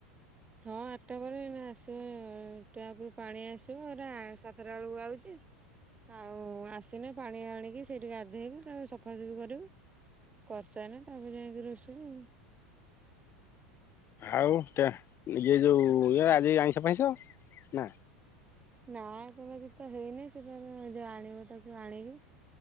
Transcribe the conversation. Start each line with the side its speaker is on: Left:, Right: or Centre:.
Right: ହଁ ଆଠଟା ପରେ ନା ସେ ଟେପରୁ ପାଣି ଆସିବ। ହେରା ସାତଟା ବେଳକୁ ଆଉଛି। ଆଉ ଆସିନେ ପାଣି ଆଣିକି ସେଇଠି ଗାଧେଇ କି ତା ପରେ ସଫାସଫି କରିବୁ। କର୍ ସାଇଲେନି ତାପରେ ଯାଇକି ରସେଇ
Left: ଆଉ ଟ। ଇଏ ଯୋଉ ଆଜି ଆଇଁଷ ଫଇଁଷ <inaudible> ନା।
Right: ନା ସେମିତି ତ ହେଇନି। ସେ ଯା ଆଣିବ ତାକୁ ଆଣିକି